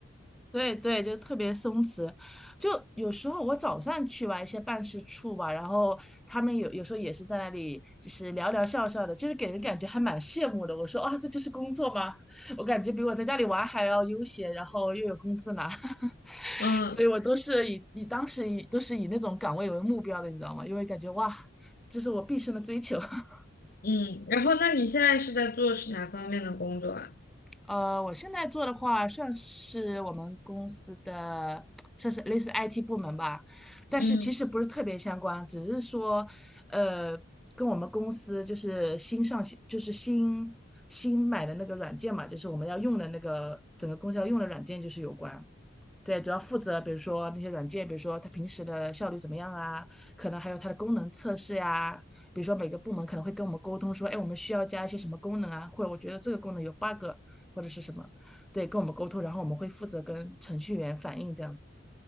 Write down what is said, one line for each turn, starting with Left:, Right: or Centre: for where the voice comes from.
Centre: 对对，就特别松弛。就有时候我早上去吧，一些办事处吧，然后他们有有时候也是在那里，就是聊聊笑笑的，就是给人感觉还蛮羡慕的。我说啊，这就是工作吗？我感觉比我在家里玩还要悠闲，然后又有工资拿，<laughs>
Left: 嗯
Centre: 所以我都是以以当时以都是以那种岗位为目标的，你知道吗？因为感觉哇，这是我毕生的追求。<laughs>
Left: 嗯，然后那你现在是在做是哪方面的工作啊？
Centre: 呃，我现在做的话，算是我们公司的，算是类似 IT 部门吧，但是其实不是特别相关，
Left: 嗯，
Centre: 只是说，呃，跟我们公司就是新上线，就是新新买的那个软件嘛，就是我们要用的那个整个公司要用的软件就是有关。对，主要负责比如说那些软件，比如说它平时的效率怎么样啊，可能还有它的功能测试呀、比如说每个部门可能会跟我们沟通说，哎，我们需要加一些什么功能啊，或者我觉得这个功能有 bug 或者是什么，对，跟我们沟通，然后我们会负责跟程序员反映这样子。